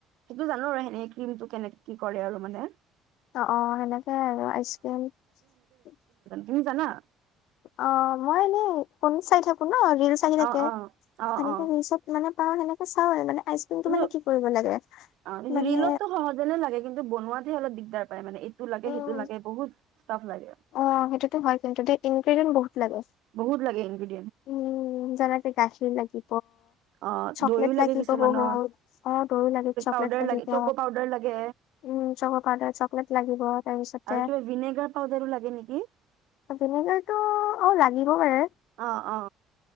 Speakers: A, on the right; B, on the left.
A: সেইটো জানোৱেই এই ক্ৰীমটো কেনেকে কি কৰে আৰু মানে
B: অ অ সেনেকে আৰু আইচ ক্ৰীম
A: কি জানা
B: অ মই এনে ফনি চাই থাকো অ ৰিলচ আহি থাকে
A: অ অ অ
B: সেনেকে
A: অ
B: ৰিল চব মানে কাৰণ সনেকে চাওঁ হয় মানে আইচক্ৰীমটো
A: কিন্তু
B: মানে কি কৰিব লাগে
A: অ ৰৰিলতো
B: মানে
A: সহজে নে লাগে কিন্তু বনোৱাাত ে অলপগদাৰ প মানে সেইটো লাগে
B: উম
A: সেইটো লাগে বহুত ষ্টাফ লাগে
B: অ সেইটোতো হয় কিন্তু ইনগ্ৰেডিয়েণ্ট বহুত লাগে
A: বহত লাগে এি
B: উম জনা তেেকা আছিল লাগি
A: অ
B: চকলেট
A: দৈও লাগে
B: লাগিব
A: কিছুমানত
B: বহুত অ গৰু লাগি চকলেট
A: পাউদাৰ
B: লাগিব
A: লাগে চকো পাউদাৰ লাগে
B: উম চক পাউদাৰ চকলেট লাগিব তাৰপিছতে
A: আৰু কিবা ভিনেগাৰ পাউদাৰো লাগে নেকি
B: ভিনেগাৰ টো অ লাগিব পাৰে
A: আহ অ